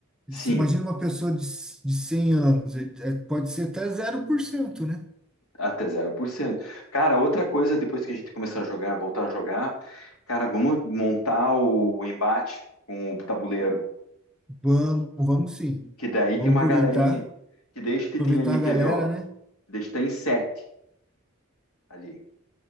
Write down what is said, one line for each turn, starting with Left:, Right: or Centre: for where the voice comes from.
Centre: Isso,
Left: Sim,
Centre: Imagina uma pessoa de, c- de 100 anos, ele- é, pode ser até zero por cento né?
Left: até zero por cento Cara, outra coisa, depois que a gente começar a jogar, voltar a jogar, cara, vamos montar o embate com o tabuleiro,
Centre: Vamos, vamos sim.
Left: que daí
Centre: Vamos
Left: tem uma
Centre: aproveitar,
Left: galerinha, que daí a gente
Centre: aproveitar
Left: tem ali,
Centre: a
Left: quer
Centre: galera,
Left: ver, ó,
Centre: né?
Left: daí a gente tá em 7 ali,